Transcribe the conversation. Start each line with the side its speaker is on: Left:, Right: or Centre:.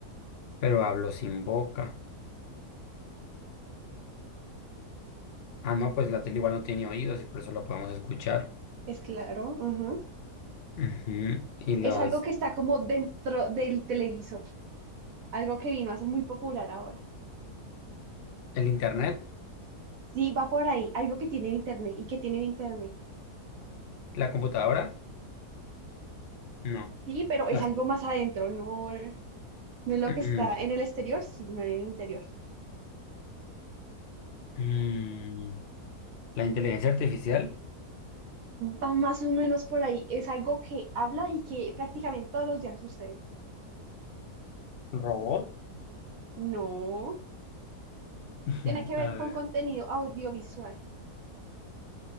Left: pero hablo sin boca. Ah, no, pues la tele igual no tiene oídos y por eso lo podemos escuchar.
Right: Es claro, ujú.
Left: Ujú. Y las,
Right: Es algo que está como dentro del televisor, algo que vino a ser muy popular ahora.
Left: el internet,
Right: Sí, va por ahí, algo que tiene internet y que tiene internet.
Left: la computadora, no.
Right: Sí, pero
Left: Las,
Right: es algo más adentro, no, no es lo
Left: mm,
Right: que está
Left: no.
Right: en el exterior, sino en el interior.
Left: Mm, la inteligencia artificial,
Right: Va más o menos por ahí, es algo que habla y que prácticamente todos los días sucede.
Left: robot.
Right: No,
Left: <laughs>
Right: tiene que ver
Left: A
Right: con
Left: ver.
Right: contenido audiovisual.